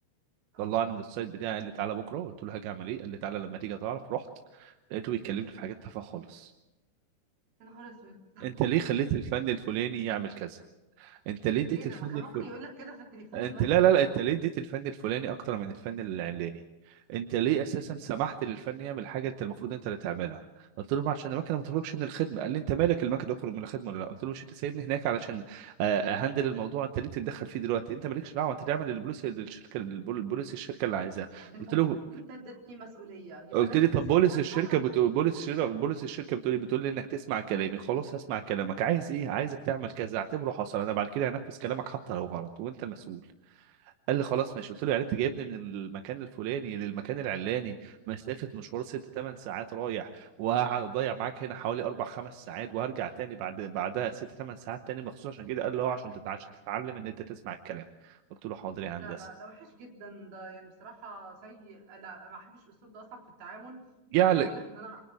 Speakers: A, on the right; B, on the right.
A: اه
B: طلعني من السايت بتاعي قال لي تعالى بكره قلت له هاجي اعمل ايه قال لي تعالى لما تيجي تعرف رحت لقيته بيكلمني في حاجات تافهه خالص
A: يا نهار اسود
B: انت ليه خليت الفن الفلاني يعمل كذا انت ليه اديت
A: ايه
B: الفن
A: ده ما كان
B: الفلاني
A: ممكن يقول لك كده في التليفون
B: انت
A: مثلا
B: لا لا لا
A: ايه الهبل
B: انت ليه
A: ده؟
B: اديت الفن الفلاني اكتر من الفن العلاني انت ليه اساسا سمحت للفن يعمل حاجه انت المفروض انت اللي تعملها قلت له ما عشان المكنه ما تخرجش من الخدمه قال لي انت مالك المكنه تخرج من الخدمه ولا لا قلت له مش انت سايبني هناك علشان آه، اهندل الموضوع انت ليه تتدخل فيه دلوقتي انت
A: صح
B: مالكش دعوه انت تعمل البوليسي للشركه البول- البوليسي الشركه اللي عايزاه
A: يعني انت
B: قلت
A: اديت-
B: له
A: انت اديتني مسؤوليه يبقى
B: قلت
A: لازم
B: لي طب
A: تسيبني
B: بوليس
A: اتحرك
B: الشركه بتقول
A: في
B: بوليس
A: خلالها
B: الشركه بوليس الشركه بتقول لي بتقول لي انك تسمع كلامي خلاص هسمع كلامك عايز ايه عايزك تعمل كذا اعتبره حصل انا بعد كده هنفذ كلامك حتى لو غلط وانت المسؤول قال لي خلاص ماشي قلت له يعني انت جايبني من المكان الفلاني للمكان العلاني مسافه مشوار ست ثمان ساعات رايح وهقعد اضيع معاك هنا حوالي اربع خمس ساعات وهرجع تاني بعد بعدها ست ثمان ساعات تاني مخصوص عشان كده قال له اه عشان
A: ايوه
B: تتع- عشان تتعلم ان انت تسمع الكلام قلت له حاضر يا
A: لا
B: هندسه
A: لا ده وحش جدا ده يعني بصراحة سيء لا أنا ما بحبش الأسلوب ده أصلا في التعامل
B: يعني
A: يعني أنا بقول لك إن أنا